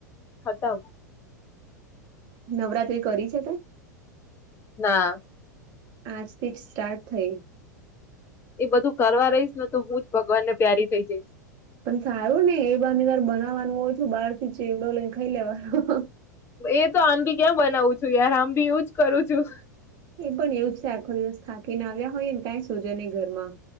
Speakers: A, on the left; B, on the right.
A: ખતમ
B: નવરાત્રી કરી છે તે?
A: ના.
B: આજથી સ્ટાર્ટ થઈ.
A: એ બધું કરવા રહીશ ને તો હું જ ભગવાનને પ્યારી થઇ જઈશ,
B: પણ સારું ને એ બાનીવાર બનાવાનું ઓછું બહાર થી ચેવડો લઈને ખાઈ લેવાનો!
A: એ તો આંબી ક્યાં બનાવું છું, યાર આંબી કરું છું.
B: એ પણ એવું જ છે આખો દિવસ થાકીને આવ્યા હોય ને કંઈ સોજા નહી ઘરમાં